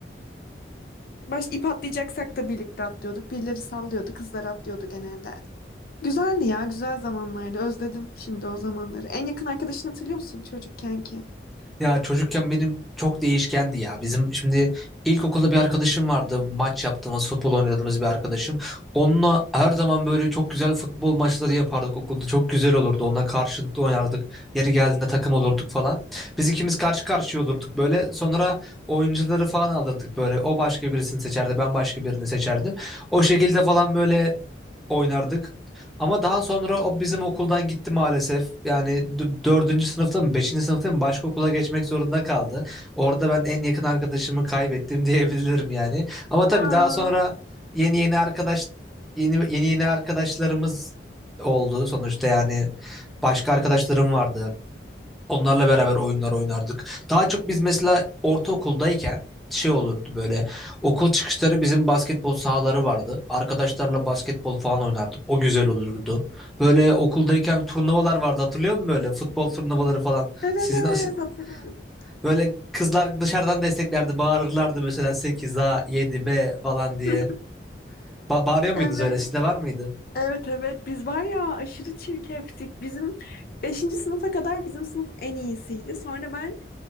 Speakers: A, on the left; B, in the centre.
A: Baş ip atlayacaksak da birlikte atlıyorduk. Birileri sallıyordu, kızlar atlıyordu genelde. Güzeldi ya, güzel zamanlardı. Özledim şimdi o zamanları. En yakın arkadaşını hatırlıyor musun çocukken ki?
B: Ya çocukken benim çok değişkendi ya. Bizim şimdi ilkokulda bir arkadaşım vardı. Maç yaptığımız, futbol oynadığımız bir arkadaşım. Onunla her zaman böyle çok güzel futbol maçları yapardık okulda. Çok güzel olurdu. Onunla karşılıklı oynardık. Yeri geldiğinde takım olurduk falan. Biz ikimiz karşı karşıya olurduk böyle. Sonra oyuncuları falan alırdık böyle. O başka birisini seçerdi, ben başka birini seçerdim. O şekilde falan böyle oynardık. Ama daha sonra o bizim okuldan gitti maalesef. Yani d- dördüncü sınıfta mı, beşinci sınıfta mı başka okula geçmek zorunda kaldı. Orada ben en yakın arkadaşımı kaybettim <laughs> diyebilirim yani. Ama tabii
A: Aa,
B: daha sonra yeni yeni arkadaş yeni yeni yeni arkadaşlarımız oldu sonuçta yani başka arkadaşlarım vardı. Onlarla beraber oyunlar oynardık. Daha çok biz mesela ortaokuldayken şey olurdu böyle. Okul çıkışları bizim basketbol sahaları vardı. Arkadaşlarla basketbol falan oynardık. O güzel olurdu. Böyle okuldayken turnuvalar vardı hatırlıyor musun böyle? Futbol turnuvaları falan.
A: evet
B: Sizin
A: evet
B: siz-
A: hatırlıyorum.
B: böyle kızlar dışarıdan desteklerdi. Bağırırlardı mesela 8A, 7B falan diye.
A: <laughs>
B: Ba- bağırıyor muydunuz
A: Evet.
B: öyle? Sizde var mıydı?
A: Evet evet biz var ya aşırı çirkeftik. Bizim beşinci sınıfa kadar bizim sınıf en iyisiydi. Sonra ben